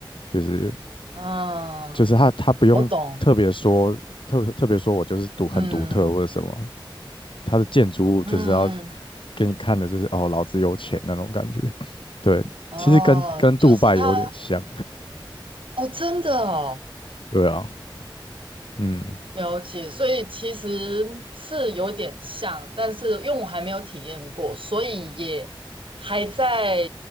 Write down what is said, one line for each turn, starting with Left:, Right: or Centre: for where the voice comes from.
Left: 就是
Right: 嗯，
Left: 就是他他不用特别说特特别说我就是独很独特或者什么，
Right: 我懂。嗯
Left: 它的建筑物就是要
Right: 嗯
Left: 给你看的就是哦，老子有钱那种感觉。对，
Right: 哦，
Left: 其实跟跟杜拜有点像，
Right: 就是他哦，真的哦，
Left: 对啊。嗯，
Right: 了解，所以其实是有点像，但是因为我还没有体验过，所以也还在